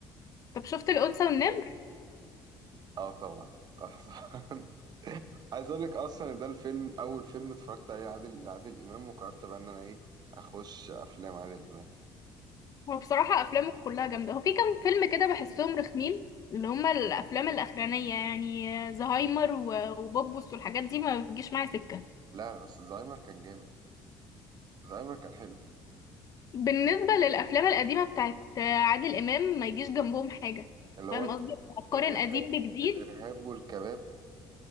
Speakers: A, on the left; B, on the right.
A: طب شفت الأنثى والنمر
B: اه طبعا اه طبعا <laughs> عايز اقول لك اصلا إن ده الفيلم اول فيلم اتفرجت عليه عادل لعادل امام وقررت بقى ان انا ايه اخش افلام عادل امام
A: هو بصراحة أفلامه كلها جامدة هو في كام فيلم كده بحسهم رخمين اللي هما الأفلام الأخرانية يعني زهايمر و- وبوبوس والحاجات دي ما بتجيش معايا سكة
B: لا لا، بس زهايمر كان جامد زهايمر كان حلو
A: بالنسبة للأفلام القديمة بتاعت عادل إمام ما يجيش جنبهم حاجة
B: اللي
A: فاهم
B: هو ال-
A: قصدي هتقارن
B: الارهاب
A: قديم بجديد
B: الارهاب والكباب